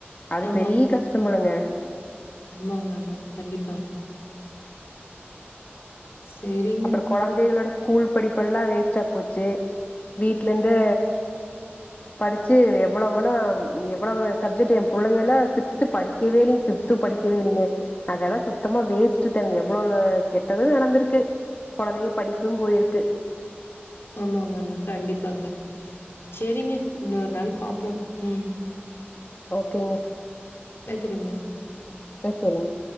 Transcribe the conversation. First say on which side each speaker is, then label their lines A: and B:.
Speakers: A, on the left (about 40°); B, on the left (about 70°).
A: அது
B: ஆமா,
A: பெரிய கஷ்டம் முல்லங்க <inaudible>
B: ஆமாங்க ஆமா கண்டிப்பா சரிங்க.
A: அப்புறம் குழந்தைகளோட ஸ்கூல் படிப்பு எல்லாம் வேஸ்டா போச்சு வீட்ல இருந்து படிச்சு எவ்வளவு வேணா எவ்வளவு சப்ஜெக்ட் என் பிள்ளை எல்லாம் சிக்ஸ்து படிக்கவே இல்லைங்க பிப்த் படிக்கவே இல்லைங்க அதெல்லாம் சுத்தமா வேஸ்ட் எனக்கு எவ்வளோவோ கெட்டது நடந்திருக்கு குழந்தைங்க படிப்பும் போயிருக்கு
B: ஆமாங்க ஆமா கண்டிப்பாங்க சரிங்க இன்னொரு நாள் பாப்போம் உம்
A: ஓகேங்க
B: வைக்கிறேங்க.
A: அ சரிங்க